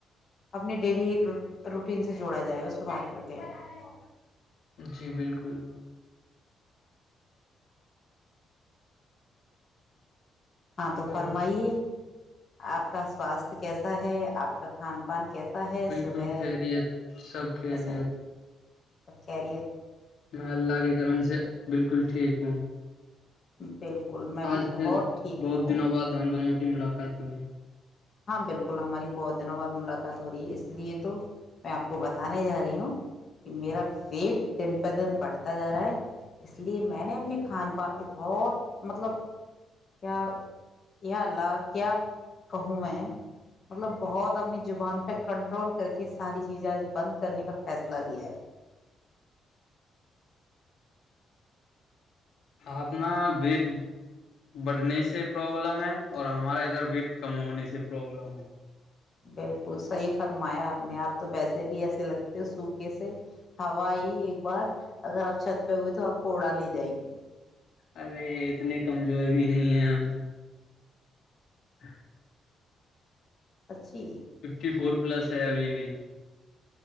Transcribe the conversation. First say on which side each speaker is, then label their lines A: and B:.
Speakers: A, on the left; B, on the left.
A: اپنی ڈیلی روٹین سے جوڑا جائے اس پ بات کرتے ہیں
B: جی بالکل
A: ہاں تو فرمائیے
B: اور
A: آپ کا سواستھ کیسا ہے آپ کا کھان پان کیسا ہے
B: بالکل
A: صبح
B: خیریت سب خیریت
A: اچھا سب کہہ د ہے <unintelligible>
B: میں اللہ کے کرم سے بالکل ٹھیک ہوں
A: بالکل میں
B: آج
A: بھی بہت
B: پھر
A: ٹھیک
B: بہت
A: ہوں
B: دنوں بعد دم دموں ملاق تمیں
A: ہاں بالکل ہماری بہت دنوں بعد ملاقات ہو رہی ہے اس لیے تو میں آپ کو بتانے جا رہی ہوں کہ میرا ویٹ دین پ بڑھتا جا رہا ہے اس لیے میں نے اپنے کھان پان کو بہت مطلب کیا کیا الا کیا کہوں میں مطلب بہت اپنی زبان پہ کنٹرول کر کے ساری چیزیں آج بند کرنے کا فیصلہ لیا ہے
B: آنا ویٹ بڑھنے سے پرابلم ہے اور ہمارا ادھر وٹ کم ہونے سے پرابلم ہے
A: بالکل صحیح فرمایا آپ نے آپ تو ویسے بھی ایسے لگتے ہو سوکھے سے ہوا ہی ایک بار اگر آپ چھت پہ ہوئے تو آپ کو اوڑا لے جائے گی
B: ارے اتنے کمزور بھی نہیں ہیں ہم ہ <inaudible>
A: سچی
B: ففٹی فور پلس ہے ابھی بھی